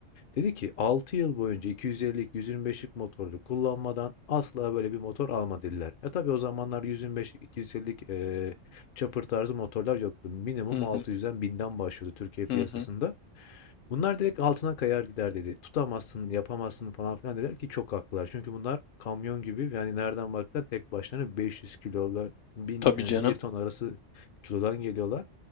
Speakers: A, on the left (about 55°); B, on the left (about 80°).
A: Dedi ki 6 yıl boyunca 250'lik, 125'lik motorlu kullanmadan asla böyle bir motor alma dediler. E tabii o zamanlar 125'lik, 250'lik eee chopper tarzı motorlar yoktu. Minimum
B: hı
A: altı
B: hı,
A: yüzden binden başlıyordu Türkiye piyasasında.
B: hı hı.
A: Bunlar direkt altına kayar gider dedi. Tutamazsın, yapamazsın falan filan dediler ki çok haklılar. Çünkü bunlar kamyon gibi yani nereden baksan tek başlarına 500 kilolu 1000,
B: Tabii
A: e,
B: canım.
A: 1 ton arası kilodan geliyorlar.